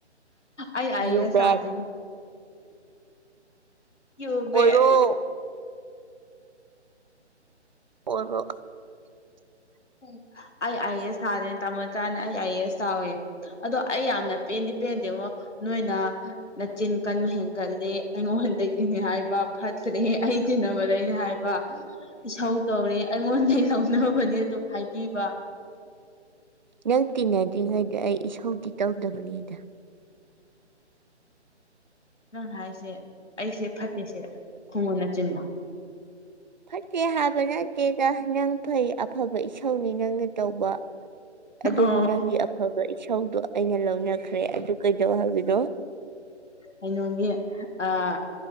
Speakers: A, on the left (about 80°); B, on the right (about 40°).
A: ꯑꯩ ꯑꯏ
B: ꯌꯨ
A: ꯑꯦꯁ
B: ꯕꯦꯛ
A: ꯊꯥꯗꯨꯏꯅꯤ ꯌꯨ
B: ꯑꯣꯏꯔꯣ
A: ꯕꯦꯠ
B: ꯑꯣꯏꯔꯕꯣ
A: ꯑꯩ ꯑꯥꯏ ꯑꯦ ꯑꯦꯁ ꯊꯥꯗꯨꯏꯅꯦ ꯇꯥꯃꯣꯆꯥꯅ ꯑꯩ ꯑꯥꯏ ꯑꯦ ꯑꯦꯁ ꯊꯥꯎꯋꯦ ꯑꯗꯣ ꯑꯩ ꯌꯥꯝꯅ ꯄꯦꯟꯗꯦ ꯄꯦꯟꯗꯉꯣ ꯅꯣꯏꯅ ꯅꯅꯥꯆꯤꯟ ꯀꯟꯕ ꯍꯦꯟꯒꯜꯂꯤ ꯑꯩꯉꯣꯟꯗꯒꯤꯅꯤ ꯍꯥꯏꯕ ꯐꯠ ꯆꯈ꯭ꯔꯦꯍꯦ ꯑꯩ ꯇꯤꯟꯅꯕꯗ ꯑꯩꯅ ꯍꯥꯏꯕ ꯏꯁꯧ ꯇꯧꯔꯦ ꯑꯩꯉꯣꯟꯗꯒꯤ ꯂꯧꯅꯕꯅꯦ ꯑꯗꯨꯝ ꯍꯥꯏꯕꯤꯕ
B: ꯅꯪ ꯇꯤꯟꯅꯗ꯭ꯔꯤꯉꯩꯗ ꯑꯩ ꯏꯁꯧꯗꯤ ꯇꯧꯗꯕꯅꯤꯗ
A: ꯅꯪ ꯍꯥꯏꯁꯦ ꯑꯩꯁꯦ ꯐꯠꯇꯦ ꯁꯤꯔ ꯈꯨꯝꯃꯨ ꯅꯆꯤꯟꯗꯣ
B: ꯐꯠꯇꯦ ꯍꯥꯏꯕ ꯅꯠꯇꯦꯗ ꯅꯪ ꯐꯩ ꯑꯐꯕ ꯏꯁꯧꯅꯤ ꯅꯪꯅ ꯇꯧꯕ ꯑꯗꯨꯕꯨ
A: ꯑꯣ
B: ꯅꯪꯒꯤ ꯑꯐꯕ ꯏꯁꯧꯗꯣ ꯑꯩꯅ ꯂꯧꯅꯈ꯭ꯔꯦ ꯑꯗꯨ ꯀꯩꯗꯧ ꯍꯥꯏꯕꯅꯣ
A: ꯀꯩꯅꯣꯒꯤ ꯑꯥ